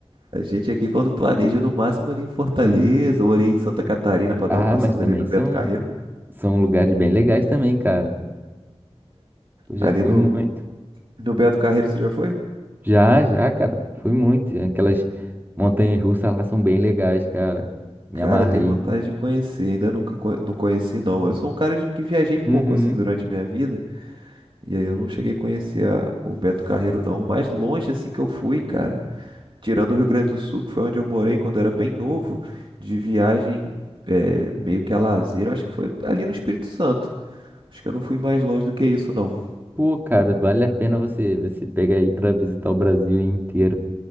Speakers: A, on the right; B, on the right.
A: A gente aqui, quando planeja, no máximo ali em Fortaleza ou ali em Santa Catarina pra dar
B: Ah,
A: uma passada
B: mas também
A: ali no
B: são,
A: Beto Carreiro.
B: são lugares bem legais também, cara. Eu já
A: Ali
B: fui
A: no,
B: muito.
A: no Beto Carreiro, você já foi?
B: Já, já, cara, fui muito. Aquelas montanhas russas lá são bem legais, cara. Me
A: Cara,
B: amarrei.
A: eu tenho vontade de conhecer, ainda nunca co- não conheci não. Eu sou um cara de que viajei pouco
B: Uhum.
A: assim durante minha vida, e aí eu não cheguei a conhecer a- o Beto Carreiro não. O mais longe assim que eu fui, cara, tirando o Rio Grande do Sul, que foi onde eu morei quando era bem novo, de viagem é, meio que a lazer, eu acho que foi ali no Espírito Santo. Acho que eu não fui mais longe do que isso não.
B: Pô, cara, vale a pena você você pegar aí pra visitar o Brasil inteiro.